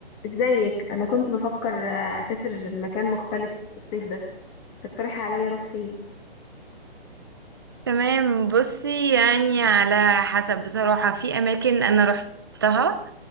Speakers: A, on the left; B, on the right.
A: ازيك انا كنت بفكر آه، اسافر مكان مختلف الصيف ده تقترح عليا اروح فين
B: تمام بصي يعني على حسب بصراحة في أماكن أنا روحتها